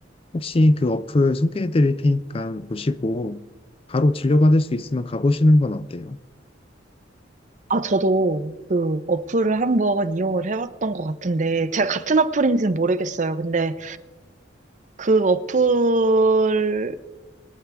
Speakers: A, on the left; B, on the right.
A: 혹시 그 어플 소개해 드릴 테니까 보시고 바로 진료받을 수 있으면 가보시는 건 어때요?
B: 아, 저도 그 어플을 한번 이용을 해봤던 것 같은데, 제가 같은 어플인지는 모르겠어요. 근데 그 어플을